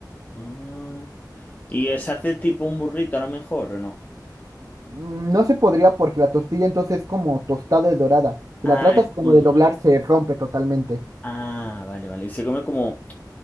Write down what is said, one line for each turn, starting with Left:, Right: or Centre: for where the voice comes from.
Left: ah. ¿Y se hace tipo un burrito a lo mejor o no?
Right: Mm, No se podría porque la tortilla entonces es como tostada y dorada. Si
Left: Ah,
Right: la tratas
Left: es
Right: como
Left: como
Right: de
Left: duro.
Right: doblar, se rompe totalmente.
Left: Ah, vale, vale. Y se come como...